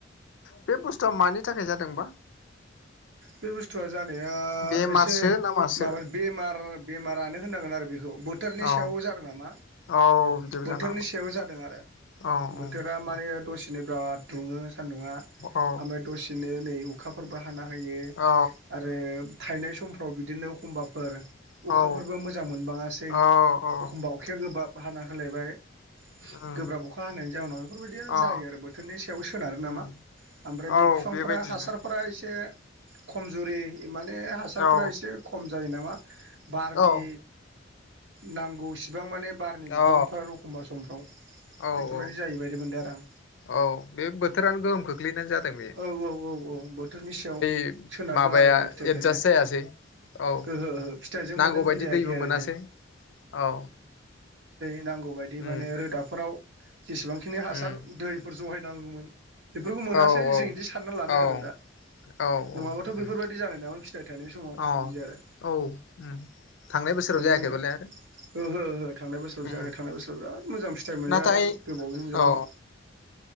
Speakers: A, on the left (about 70°); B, on the right (about 75°).
A: बे बस्थु थुआ मानि थाखाय जादोंबा?
B: बे बुस्थुआ जानाया
A: बेमारसो
B: एसे
A: ना मासो
B: माबानि बेमार बेमारानो होननांगोन आरो बेखौ बोथोरनि सायाव
A: औ
B: जादों नामा
A: औ बिदिबो
B: बोथोरनि
A: जानो
B: सायाव जादों आरो
A: हागौ
B: बोथोरा माने दसेनो बिराद दुङो सान्दुङा
A: औ
B: ओमफ्राय दसेनो नै अखाफोरबो हाना बाहायो
A: औ
B: आरो थायनाय समफ्राव बिदिनो एखमबाफोर अखाफोरबो
A: औ
B: मोजां मोनबांङासै
A: औ औ
B: एखमबा अखाया गोबाब बाहाना होलायबाय
A: उम
B: गोब्राब अखा हानायनि जाउोनाव बेफोरबायदिया
A: अ
B: जायो आरो बोथोरनि सायाव सोनारो नामा
A: उम
B: ओमफ्राय
A: औ
B: बे बिफांफोरा्रा
A: बेबायदिनो
B: हासारफोरा एसे खमजुरि माने हासारफोरा
A: औ
B: एसे खम जायो नामा <inaudible> बारनि
A: औ
B: नांगौसिम बिबां माने बारनि बिबांफोर
A: अ
B: एखमबा समफ्राव
A: औ
B: बेफोरबायदि
A: औ
B: जायैबायायदि मोनदों आरो आं
A: औ बे बोथोरानो गोहोम खोख्लैनानै जादों
B: औ औ औ औ बोथोरनि सायाव
A: बे
B: सोनारदों
A: माबाया
B: आरो बे फिथाइ
A: एडजास्ट
B: थायनाया
A: जायासै औ
B: ओहो ओहो फिथाइजों
A: नांगौबायायदि
B: माने मिलायाखै
A: दैबो
B: आरो
A: मोनासै
B: बेयो
A: औ
B: नांगौ बायदि माने
A: उम
B: रोदाफोराव जेसेबांखिनि हासार
A: उम
B: दै जहाय नांगौमोन। बेफोरखौ मोनासै
A: औ औ
B: जों इदि सानना लादो
A: औ
B: आरो दा।
A: औ औ
B: नङाबाथ' बेफोरबायदि
A: उम
B: जानाय नामोन फिथाइ थनाय समाव
A: औ
B: बिदि आरो
A: औ उम थांनाय बोसोराव
B: माने
A: जायाखैबालाय आरो
B: ओहो ओहो थांनाय बोसोराव
A: उम
B: जायाखै थांनाय बोसोराव बिराद मोजां फिथाइ मोनजादों
A: नाथाय
B: गोबावैनो मोनजादोंमोन।
A: औ